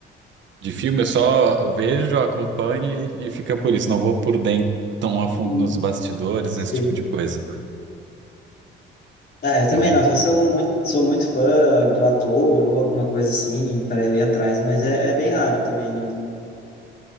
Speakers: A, on the right; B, on the left.
A: de filme, eu só vejo, acompanho e, e fica por isso. Não vou por dentro tão a fundo
B: Hum.
A: nos bastidores,
B: Sim.
A: esse tipo de coisa.
B: É, eu também
A: Mas.
B: não, só se eu muito, sou muito fã do ator ou alguma coisa assim, para eu ir atrás, mas é, é bem raro também, não.